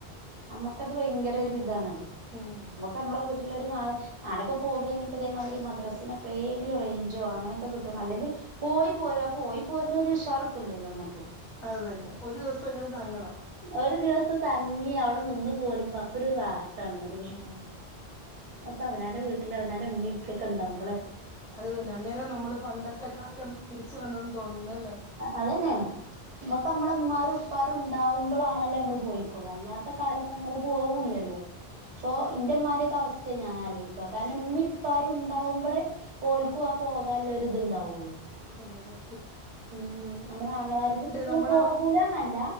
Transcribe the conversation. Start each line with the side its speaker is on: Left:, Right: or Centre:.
Right: നമ്മുക്കത് ഭയങ്കര ഒരു ഇതാണല്ലോ
Centre: ഉം
Right: നമ്മുക്ക് നമ്മളെ ഞാനൊെ പോകഴിഞ്ഞപ്പോ ഇതേതിരി മദ്രാസെ എപ്പഴെങ്കിലും റഞ്ചോ അങ്ങനൊക്കെ കിട്ടും അല്ലെങ്കിൽ പോയി പോര പോയി പോര്ന്ന ഒരു ഷർട്ടുല്ലല്ലോ നമ്മുക്ക്
Centre: അത് തന്നെ ഒരു ദിവസമെങ്കിലും തങ്ങണം
Right: ഒരു ദിവസം തങ്ങി അവിടെ നിന്ന് പോരുമ്പോ അപ്പൊ ഒരു റഹത്താണ് റി
Centre: ഉം
Right: അപ്പൊ അവാന്റെ വീട്ടില് അവന്റെമ്മ ഇപ്പൊക്കെ ഉണ്ടാവും
Centre: അത്തന്നെ അന്നേരം നമ്മള് പണ്ടത്തെ കാലം തിരിച്ച വന്നെന്ന് തോന്നുന്നു അല്ലേ
Right: അത്ന്നെയാണ് നമ്മക്ക് നമ്മളമാരും ഉപ്പാരും ഉണ്ടാവുമ്പോളാണല്ലോ നമ്മള് പോയി കുള അല്ലാത്ത കാലത്ത് നമ്മള് പോവു ല്ലല്ലോ
Centre: ഉ <unintelligible>
Right: അപ്പൊ ഇന്റെമ്മമാന്റെ ഒക്കെ അവസ്ഥയെ ഞാൻ ആലോയിക്അ കാരണം ഇമ്മി ഇപ്പരു ഉണ്ടാവുമ്പോളെ ഓൽക്കു ആ പൊ ല്ലൊരു ഒ ഇതു ഉണ്ടാവുള്ളൂ
Centre: പിലത
Right: ഉം നമ്മള ആങ്ങളാരക്ക
Centre: നമ്മുടെ
Right: പോകൂലന്നല്ല